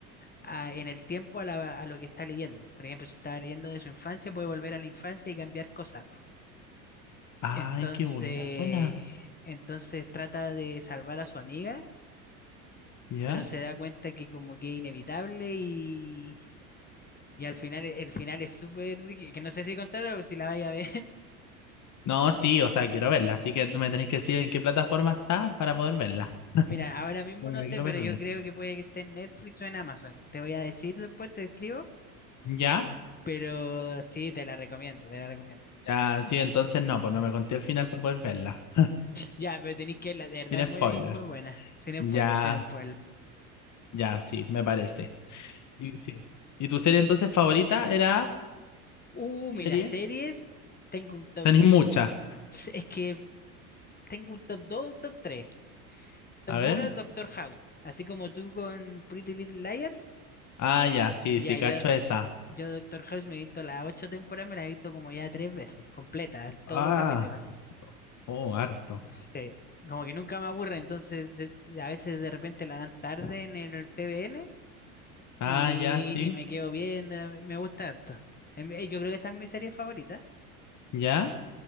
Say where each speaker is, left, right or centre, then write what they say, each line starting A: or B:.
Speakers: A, on the left; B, on the left.
A: a- en el tiempo a, la- a lo que está leyendo. Por ejemplo, si estaba leyendo de su infancia, puede volver a la infancia y cambiar cosas.
B: Ay,
A: Entonces,
B: qué buena suena.
A: entonces trata de salvar a su amiga,
B: ¿Ya?
A: pero se da cuenta que como que es inevitable y, y al final el final es súper... brígido, Que no sé si contarlo, o si la vaya a ver. <laughs>
B: No, sí, o sea, quiero verla, así que tú me tenés que decir en qué plataforma está para poder verla.
A: Mira, ahora mismo
B: No
A: no
B: me la
A: sé,
B: quiero
A: pero
B: perder.
A: yo creo que puede que esté en Netflix o en Amazon. Te voy a decir después, te escribo.
B: ¿Ya?
A: Pero sí, te la recomiendo, te la recomiendo.
B: Ya, sí, entonces no, pues no me conté el final para poder verla.
A: Ya, pero tenéis que verla, de verdad,
B: Sin
A: muy,
B: spoiler.
A: muy buena. Sin
B: Ya,
A: spoiler, sin spoiler.
B: ya, sí, me parece. Y, sí. ¿Y tu serie entonces favorita era
A: Uh,
B: serie?
A: mira, series. Tengo un top.
B: Tenés mucha.
A: Es que tengo un top 2 un top tres Top
B: A ver.
A: 1 es Doctor House. Así como tú con Pretty Little Liars.
B: Ah, ya, sí,
A: Ya,
B: sí, cacho
A: yo,
B: esa.
A: yo Doctor House me he visto las 8 temporadas, me la he visto como ya 3 veces, completa, todos
B: Ah,
A: los capítulos.
B: oh, harto.
A: Sí. Como que nunca me aburre, entonces eh, a veces de repente la dan tarde en el TVN
B: Ah,
A: y,
B: ya, sí.
A: y me quedo viendo, me gusta harto. Em, eh, Yo creo que esa es mi serie favorita.
B: ¿Ya?